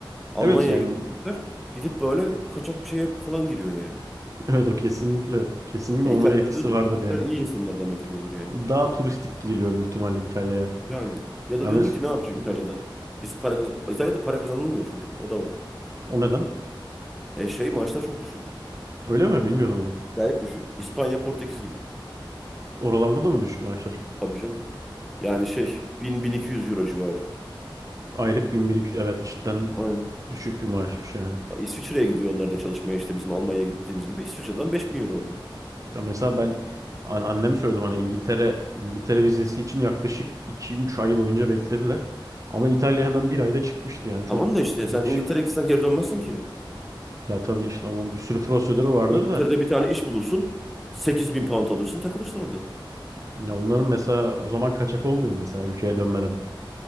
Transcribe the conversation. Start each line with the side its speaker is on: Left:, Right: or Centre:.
Centre: Almanya'ya
Right: Evet yani
Centre: giden Türkler gidip böyle kaçak şeye falan giriyor yani.
Right: <laughs> evet o kesinlikle kesinlikle
Centre: E
Right: onun
Centre: İtalya'da
Right: etkisi
Centre: diyordur
Right: vardır
Centre: ki Türkler
Right: yani.
Centre: iyi insanlar demek ki yani.
Right: Daha turistik gidiliyor büyük ihtimalle İtalya'ya.
Centre: Yani. Ya
Right: Yani
Centre: da diyordur
Right: mes-
Centre: ki ne yapacak
Right: Hı
Centre: İtalya'da?
Right: hı.
Centre: Biz para kaz İtalya'da para kazanılmıyor çünkü. O da var.
Right: o neden?
Centre: E şey maaşlar çok düşük.
Right: Öyle mi? Bilmiyordum onu.
Centre: Acayip düşük. İspanya, Portekiz gibi.
Right: Oralarda da mı düşük maaşlar?
Centre: Tabii canım. Yani şey bin bin iki yüz euro civarı.
Right: Aylık 1200 evet cidden
Centre: Aynen.
Right: düşük bir maaşmış yani.
Centre: İsviçre'ye gidiyor onlar da çalışmaya işte bizim Almanya'ya gittiğimiz gibi İsviçre'den 5000 euro oluyor.
Right: Ya mesela ben an- annem söyledi bana İngiltere İngiltere vizesi için yaklaşık iki üç ay boyunca beklediler. Ama İtalya hemen bir ayda çıkmıştı yani çok
Centre: Tamam da işte
Right: ilginç.
Centre: sen İngiltere'ye gitsen geri dönmezsin ki.
Right: Ya tabii işte onun bir sürü prosedürü vardır
Centre: İngiltere'de
Right: da
Centre: bir tane iş bulursun 8000 pound alırsın takılırsın orada.
Right: ya onların mesela o zaman kaçak olmuyor mu mesela ülkeye dönmeden?